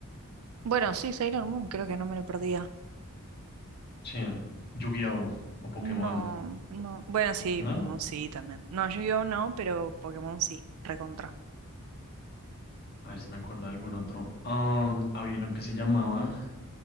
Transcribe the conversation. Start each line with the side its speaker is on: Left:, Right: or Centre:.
Right: Bueno, sí, Sailor Moon, creo que no me lo perdía.
Left: Sí. Yu-Gi-Oh! o Pokémon,
Right: No, no. Bueno, sí,
Left: ¿no?
Right: Pokémon sí también. No, Yu-Gi-Oh no, pero Pokémon sí, recontra.
Left: A ver si me acuerdo de algún otro. Am, había uno que se llamaba.